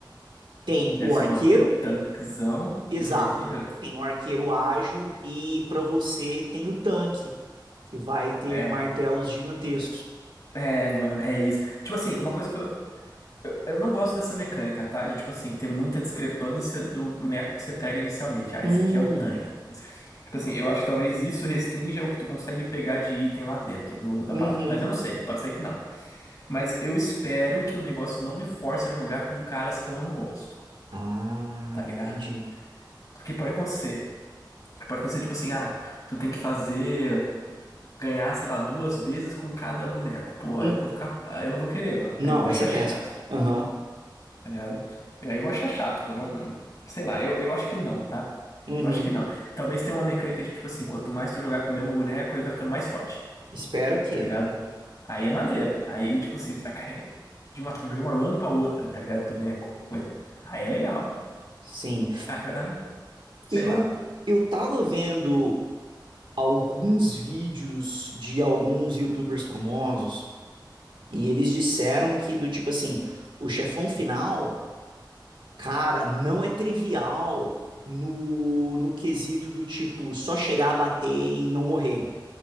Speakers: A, on the right (about 85°); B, on the left (about 50°).
A: Tem
B: Deve
A: o
B: ser
A: arqueiro,
B: o maluco, o tanquezão
A: exato.
B: e o arqueiro.
A: Tem o arqueiro ágil e para você tem o tanque, que vai ter
B: É,
A: martelos
B: mano.
A: gigantescos.
B: É, mano, é isso. Tipo assim, uma coisa que eu, eu, eu não gosto dessa mecânica, tá? De, tipo assim, ter muita discrepância do boneco que você pega inicialmente. Ah,
A: Hum,
B: esse aqui é o tanque. Tipo assim, eu acho que talvez isso restrinja o que tu consegue pegar de item lá dentro do, da
A: Uhum.
B: parada. Mas eu não sei, pode ser que não. Mas eu espero que o negócio não me force a jogar com caras que eu não gosto,
A: Ah,
B: tá ligado?
A: entendi.
B: Porque pode acontecer. Pode acontecer, tipo assim, ah, tu tem que fazer, ganhar, sei lá, duas vezes com cada boneco. Pô,
A: Hum,
B: aí eu vou ficar, aí eu não vou querer, mano.
A: Não,
B: Aí eu vou
A: vai
B: achar
A: ser
B: chato,
A: péssimo. Aham.
B: tá ligado? Aí eu vou achar chato, pô, não, sei lá, eu, eu acho que não, tá?
A: Uhum.
B: Eu acho que não. Talvez tenha uma mecânica de, tipo assim, quanto mais tu jogar com o mesmo boneco, ele vai ficando mais forte.
A: Espero que.
B: tá ligado? Aí é maneiro. Aí, tipo assim, tu vai carregando de uma, de uma run pra outra, tá ligado? Tu ganha coisa. Aí é legal.
A: Sim.
B: Ah, agora, sei
A: Eu,
B: lá.
A: eu tava vendo alguns vídeos de alguns YouTubers famosos e eles disseram que, do tipo assim, o chefão final, cara, não é trivial no, no quesito do tipo só chegar a bater e não morrer.